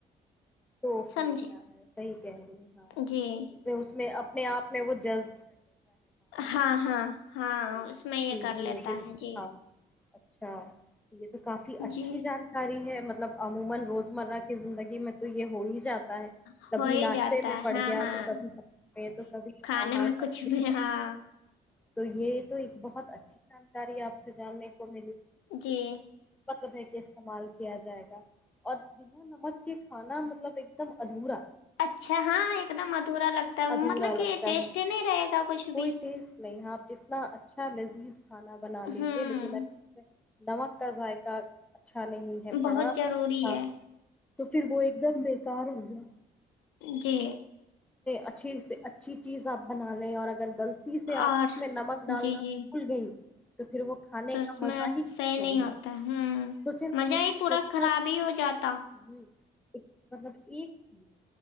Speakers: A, in the centre; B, on the left (about 85°).
A: سوکھ
B: سمجھے
A: لیتا ہے صحیح کہ رہ ہاں ہاں
B: جی
A: اس اس میں اپنے آپ میں وہ جذ
B: ہاں ہاں ہاں اس میں یہ
A: جی
B: کر
A: جی
B: لیتا
A: بالکل
B: ہے جی
A: ہاں اچھا تو یہ تو کافی اچھی
B: جی
A: جانکاری ہے مطلب <unintelligible> جاتا ہے
B: ہو
A: کبھی
B: ہی
A: ناشتے
B: جاتا
A: میں
B: ہے
A: پڑ
B: ہاں
A: گیا
B: ہاں
A: تو کبھی ب گئے تو کبھی
B: کھانے
A: ہ
B: میں
A: سبزی
B: کچھ بھی
A: میں
B: ہاں
A: تو یہ تو بہت اچھی جانکاری آپ سے جاننے کو ملی
B: جی
A: اس مطلب ہے کہ استعمال کیا جائے گا اور بنا نمک کے کھانا مطلب ایک دم ادھورا
B: اچھا ہاں ایک دم ادھورا لگتا ہے
A: ادھورا
B: مطلب
A: لگتا
B: کہ ٹیسٹی
A: ہے
B: نہیں رہے گا کچھ
A: کوئی
B: بھی
A: ٹیسٹ نہیں ہے آپ جتنا اچھا لذیذ کھانا بنا لیجے
B: ہوں
A: لیکن نمک کا ذائق اچھا نہیں ہے پڑا
B: بہت ضروری
A: ہاں
B: ہے
A: تو پھر وہ ایک دم بکار ہو ج
B: جی
A: اچھی سے اچھی چیز آپ بنا لیں اور اگر غلطی سے آپ
B: اور
A: اس میں نمک ڈالنا
B: جی
A: بھول
B: جی
A: گئی تو پھر وہ کھانے
B: تو اس
A: کا مزہ
B: میں
A: کچھ
B: صح ہی نہیں ہوتا
A: ہے
B: ہ
A: سوچے نا
B: مزہ
A: کہ
B: ہی پورا خراب ہی ہو جاتا
A: ہوں، ایک مطلب ایک چیز